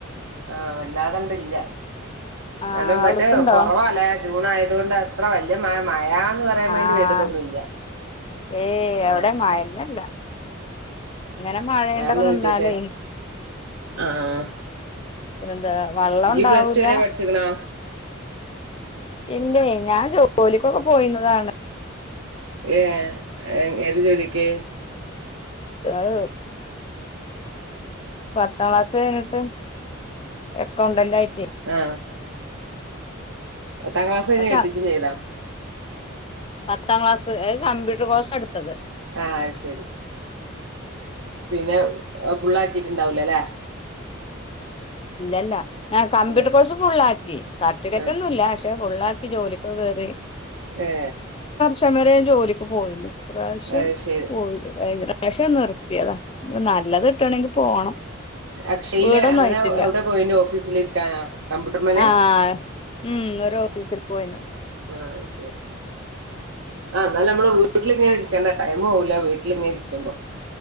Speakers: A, on the right; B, on the left.
A: ആഹ വല്ലാതണ്ടില്ല എന്നാലും
B: ആഹ് അവിടുക്കുണ്ടോ
A: മറ്റേ കൊറവാലെ ജൂൺ ആയതോണ്ട് അത്ര വല്യ മഴ മഴന്ന് മഴന്ന് പറയാൻ
B: ആഹ്
A: വേണ്ടി പെയ്തിട്ടൊന്നുമില്ല
B: ഏയ് എവിടെ
A: ആ-
B: മഴന്നല്ല ഇങ്ങനെ മഴയൊണ്ടക്കെ
A: മഴൊന്നും
B: നിന്നാലേ
A: കിട്ടീട്ട് ആഹ്
B: പിന്നെന്താ വെള്ളം
A: ഇയ്യ്
B: ഉണ്ടാവൂല
A: പ്ലസ് ടു വരെ പഠിച്ചിക്കണോ
B: ഇല്ലേ ഞാൻ ജോലിക്കൊക്കെ പോയിരുന്നതാണ്
A: ഏ ഏ ഏത് ജോലിക്ക്
B: അത് പത്താം ക്ലാസ്സ് കഴിഞ്ഞിട്ട് അ ക്കൗണ്ടന്റ് ആയി
A: ആ എട്ടാം ക്ലാസ് കഴിഞ്ഞ്
B: അ
A: കെട്ടിച്ചും ചെയ്താ
B: പത്താം ക്ലാസ് കമ്പ്യൂട്ടർ കോഴ്സ് എടുത്തത്
A: ആ ശരി പിന്നെ ഫുള്ളാക്കിയിട്ടുണ്ടാവില്ലാ അല്ലേ
B: ഇല്ലല്ല ആ കമ്പ്യൂട്ടർ
A: ഉം
B: കോഴ്സ് ഫുള്ളാക്കി സർട്ടിഫിക്കറ്റ്
A: ആഹ്
B: ഒന്നുല്ല പക്ഷെ ഫുള്ളാക്കി ജോലികൊക്കെ കേറി
A: ഏ
B: <unintelligible> ജോലിയ്ക്ക് പോയിരുന്നു. ഈ പ്രാവശ്യം
A: അത് ശരി
B: പോയില്ലാ. ഭയങ്ക കഴിഞ്ഞ പ്രാശ്യം നിർത്തിയതാ നല്ലത് കിട്ടുവാണെങ്കി പോണം
A: അക്ഷയിലെ
B: വീടൊന്നും
A: അങ്ങനെ
B: ആയിട്ടില്ല
A: എവിടെ പോയിന്റെ ഓഫീസില് ഇരിക്കാനാ കമ്പ്യൂട്ടർ മേലെ-
B: ആഹ് ഉം ഓര് ഓഫീസിൽ പോയിരുന്നു
A: ആ ശരി ആഹ് എന്നാലും നമ്മള് വീട്ടിലിങ്ങനെ ഇരിക്കേണ്ട ടൈമ് പോവുല്ലേ വീട്ടിലിങ്ങനേ ഇരിക്കുമ്പോ